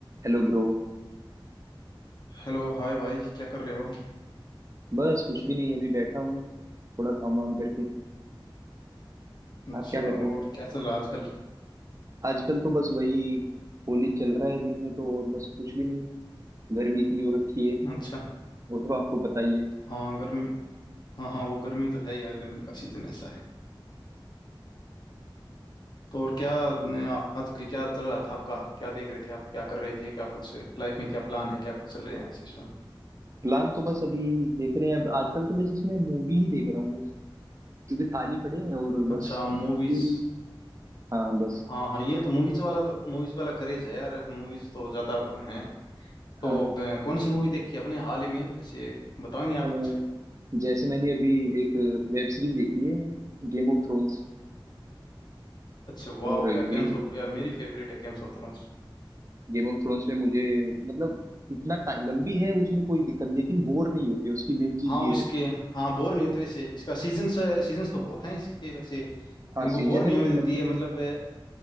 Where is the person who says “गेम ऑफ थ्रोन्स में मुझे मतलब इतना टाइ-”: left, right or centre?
Right